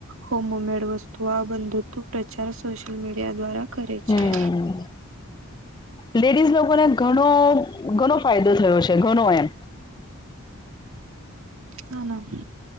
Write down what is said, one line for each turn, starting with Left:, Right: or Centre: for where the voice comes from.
Right: હોમમેડ વસ્તુ આ બંધુ પ્રચાર સોશિયલ મીડિયા દ્વારા કરે
Left: હમ.
Right: છે
Left: લેડીઝ લોકોને ઘણો ઘણો ફાયદો થયો છે, ઘણો એમ
Right: હ ના